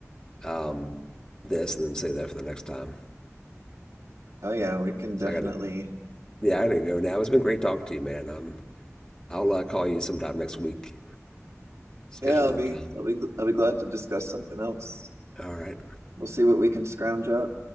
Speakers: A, on the left; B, on the right.
A: um, this and then save that for the next time.
B: Oh yeah, we can
A: 'Cause
B: definitely.
A: I gotta, yeah, I gotta go now. It's been great talking to you, man. Um, I'll uh, call you sometime next week. Schedule
B: Yeah, I'll
A: another
B: be,
A: time.
B: I'll be, I'll be glad to discuss something else.
A: All right.
B: We'll see what we can scrounge up.